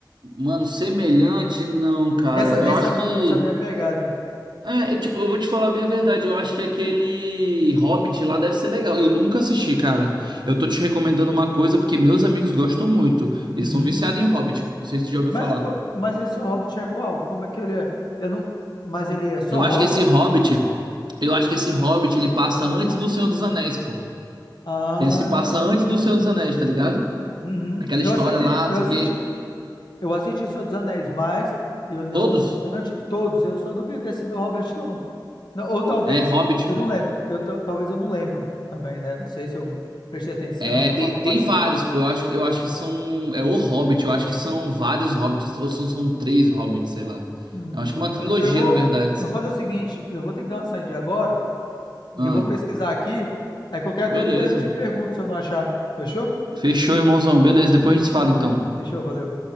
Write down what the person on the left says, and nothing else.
Nessa, nessa,
nessa minha pegada.
Uhum.
Mas,
co- mas esse Hobbit é qual? Como é que ele é? Eu não, mas ele é só
Hobbit?
Ah.
Uhum.
Eu
assisti,
eu
assisti
Eu assisti Senhor dos Anéis, mas eu não,
eu não ti- todos, eu só não vi desse do Robert não. Não, ou talvez
eu
não lembro, eu ta- talvez eu não lembro também, né? Não sei se eu prestei atenção,
passou
batido.
Hum,
eu vou,
vou fazer o seguinte, eu vou ter que dar uma saída agora e
eu vou pesquisar aqui. Aí qualquer
dúvida eu te pergunto se eu não achar. Fechou?
Fechou, valeu.